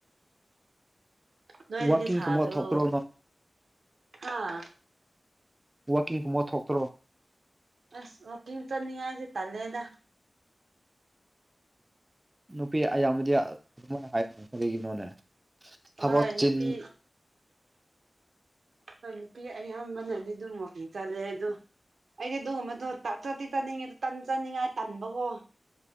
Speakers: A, on the right (about 85°); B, on the right (about 20°).
A: ꯅꯣꯏꯣꯏ ꯑꯗꯨꯗꯤ
B: ꯋꯥꯛꯀꯤꯡꯒꯨꯝꯕ
A: ꯁꯥꯗ꯭ꯔꯣ
B: ꯊꯣꯛꯇ꯭ꯔꯣ ꯅꯪ
A: ꯍꯥꯥ
B: ꯋꯥꯀꯤꯡ ꯃꯠ ꯍꯣꯛꯇꯔꯣ
A: ꯑꯁ ꯋꯥꯀꯤꯝꯇꯅꯤꯡꯉꯥꯏꯁꯦ ꯇꯂꯦꯗ
B: ꯅꯨꯄꯤ ꯑꯌꯥꯝꯕꯗꯤ ꯑꯗꯨꯃꯥꯏꯅ ꯍꯥꯏꯔꯤꯅ ꯀꯔꯤꯒꯤꯅꯣꯅꯦ ꯊꯕꯛ
A: ꯍꯣꯏ
B: ꯆꯤꯟ
A: ꯅꯨꯄꯤ ꯍꯣꯏ ꯅꯨꯄꯤ ꯑꯌꯥꯝꯕꯅꯗꯤ ꯑꯗꯨꯝ ꯃꯀꯤꯤ ꯆꯠꯂꯦ ꯑꯗꯣ ꯑꯩꯗꯤ ꯑꯗꯨꯒꯨꯝꯕꯗꯣ ꯆꯠꯇꯤ ꯆꯠꯅꯤꯡꯉꯦꯗ ꯇꯟ ꯆꯥꯅꯤꯡꯉꯥꯏ ꯇꯟꯕꯀꯣ